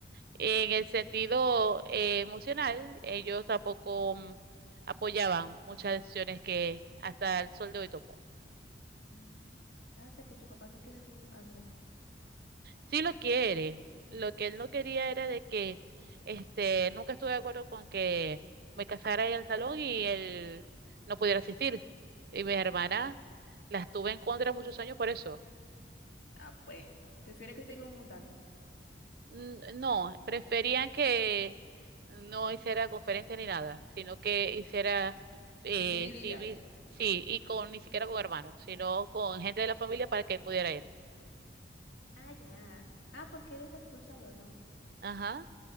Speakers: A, on the right; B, on the left.
A: En el sentido eh, emocional, ellos tampoco mm, apoyaban muchas decisiones que hasta el sol de hoy tomó.
B: Mm, Ah, o sea que tu papá no quiere a tu Andrés.
A: Sí lo quiere. Lo que él no quería era de que este, nunca estuve de acuerdo con que me casara en el salón y él no pudiera asistir. Y mis hermanas las tuve en contra muchos años por eso.
B: Ah, pues. Prefiere que esté con un mundano.
A: N- No, preferían que no hiciera conferencia ni nada, sino que hiciera eh,
B: El civil y
A: civil,
B: ya.
A: sí, y con ni siquiera con hermanos, sino con gente de la familia para que él pudiera ir.
B: Ah, ya. Ah, porque él está expulsado, ¿no?
A: Ajá,